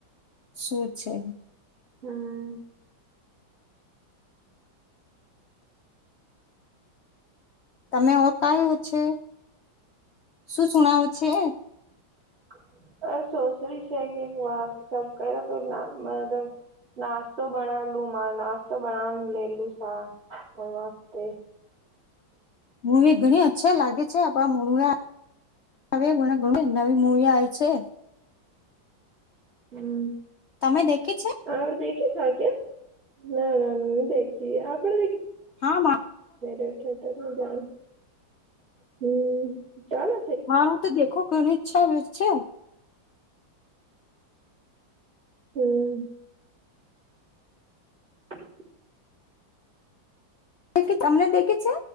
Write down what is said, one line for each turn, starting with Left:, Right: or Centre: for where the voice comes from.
Left: શું છે.
Right: હમ
Left: તમે ઓકાયો છે શું સુણઓ છે
Right: <unintelligible> નાસ્તો બનાલું મા નાસ્તો બનાવ લેલું હા <unintelligible> છે
Left: મુળી ઘણી અચ્છે લાગે છે આપણે મૂળવા હવે ઘણા ઘણી નવી મુવી આવી છે
Right: હમમ
Left: તમે દેખી છે?
Right: આ આપણે દેખી છે આ કે ના ના ના દેખી આપણે
Left: હા
Right: દેખી <unintelligible> હમમ ચાલે
Left: મારું તો દેખો ઘણી ઈચ્છા <unintelligible>
Right: હમમ <unintelligible>
Left: <unintelligible> તમનેે દેખે છે